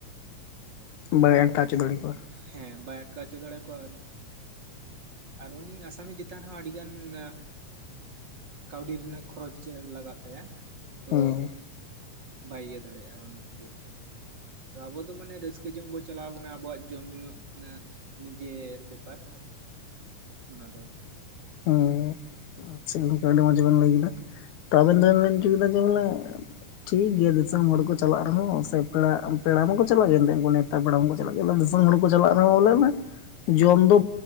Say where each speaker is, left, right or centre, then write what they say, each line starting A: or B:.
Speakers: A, on the left; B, on the right.
A: ᱵᱟᱹᱭ <unintelligible>
B: ᱦᱮᱸ ᱵᱟᱭ ᱟᱴᱠᱟᱣᱪᱚ ᱫᱟᱲᱮ ᱟᱠᱚᱣᱟ᱾ ᱟᱨ ᱩᱱᱤ ᱟᱥᱟᱢᱤ ᱪᱮᱛᱟᱱ ᱦᱚᱸ ᱟᱹᱰᱤᱜᱟᱱ ᱟᱸ ᱠᱟᱹᱣᱰᱤ ᱨᱮᱱᱟᱜ ᱠᱷᱚᱨᱚᱪ ᱞᱟᱜᱟᱜ ᱛᱟᱭᱟ᱾ ᱛᱚ
A: ᱦᱮᱸ
B: ᱵᱟᱭ ᱤᱭᱟᱹ ᱫᱟᱲᱮᱭᱟᱜᱼᱟ ᱚᱱᱟ ᱠᱷᱟᱹᱛᱤᱨ᱾ ᱛᱚ ᱟᱵᱚ ᱫᱚ ᱢᱟᱱᱮ ᱨᱟᱹᱥᱠᱟᱹ ᱡᱚᱝ ᱵᱚᱱ ᱪᱟᱞᱟᱣ ᱠᱟᱱᱟ ᱟᱵᱚᱣᱟᱜ ᱡᱚᱢ ᱧᱩᱣᱟᱜ ᱢᱟᱱᱮ ᱱᱤᱡᱮᱨ ᱵᱮᱯᱟᱨ ᱚᱱᱟ ᱫᱚ
A: ᱦᱮᱸ ᱟᱪᱪᱷᱟ ᱜᱚᱝᱠᱮ ᱟᱹᱰᱤ ᱢᱚᱸᱡᱽ ᱵᱮᱱ ᱞᱟᱹᱭ ᱠᱮᱫᱟ᱾ ᱛᱚ ᱟᱵᱮᱱ ᱫᱚᱵᱮᱱ ᱢᱮᱱ ᱦᱚᱪᱚ ᱠᱮᱫᱟ ᱡᱮ ᱵᱚᱞᱮ ᱴᱷᱤᱠ ᱜᱮᱭᱟ ᱫᱤᱥᱚᱢ ᱦᱚᱲ ᱠᱚ ᱪᱟᱞᱟᱜ ᱨᱮᱦᱚᱸ ᱥᱮ ᱯᱮᱲᱟ ᱯᱮᱲᱟ ᱢᱟᱠᱚ ᱪᱟᱞᱟᱜ ᱜᱮᱭᱟ ᱮᱛᱮ ᱩᱱᱠᱩ ᱱᱟ ᱯᱮᱲᱟ ᱢᱟᱠᱚ ᱪᱟᱞᱟᱜᱮ ᱫᱤᱥᱚᱢ
B: ᱦᱳᱭ
A: ᱦᱚᱲ ᱠᱚ ᱪᱟᱞᱟᱜ ᱨᱮᱦᱚᱸ ᱵᱚ ᱞᱟᱹᱭ ᱢᱮ᱾ ᱡᱚᱢ ᱫᱚ